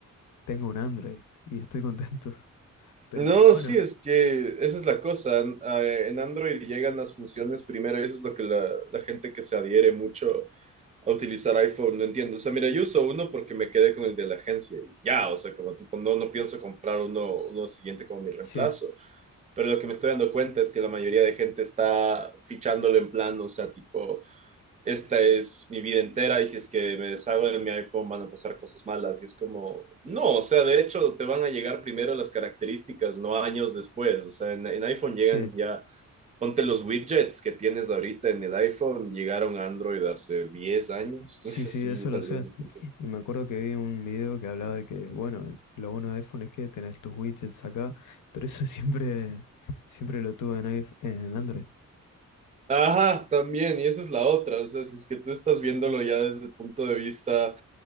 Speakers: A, on the left; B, on the right.
A: tengo un Android y estoy contento. Pero
B: No,
A: bueno,
B: sí, es que esa es la cosa. En eh, en Android llegan las funciones primero y eso es lo que la, la gente que se adhiere mucho a utilizar iPhone no entiende. O sea, mira, yo uso uno porque me quedé con el de la agencia y ya, o sea, como tipo, no, no pienso comprar uno, uno siguiente como mi reemplazo.
A: sí,
B: Pero lo que me estoy dando cuenta es que la mayoría de gente está fichándolo en plan, o sea, tipo esta es mi vida entera y si es que me deshago de mi iPhone van a pasar cosas malas. Y es como, no, o sea, de hecho te van a llegar primero las características, no años después. O sea, en, en iPhone llegan
A: sí,
B: ya, ponte los widgets que tienes ahorita en el iPhone, llegaron a Android hace 10 años,
A: sí,
B: <laughs>
A: sí,
B: sí,
A: eso
B: tal
A: lo sé.
B: vez un poco
A: Y me acuerdo que vi un video que hablaba de que, bueno, lo bueno de iPhone es que tenés tus widgets acá, pero eso <laughs> siempre, siempre lo tuve en iPh- en Android.
B: Ajá, también, y esa es la otra, o sea, si es que tú estás viéndolo ya desde el punto de vista